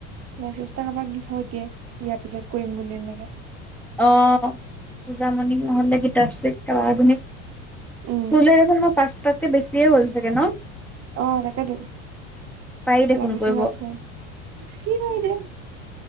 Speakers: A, on the right; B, in the centre.
A: মেচেচ এটা কাবাক দি থ এতিয়াই বিয়াৰ পিছত কৰিম বুলি এনেকে।
B: অঁ পূজামণিক নহলে গিতাশ্ৰীক। কাবা এজনিক
A: উম
B: তুল দেখুন মই পাঁচটাতকে বেছিয়ে হ'ল চাগে ন।
A: অঁ, তাকেতো
B: পাৰি দেখোন
A: লাগিচোন
B: কৰিব
A: আছে কি বা এতিয়া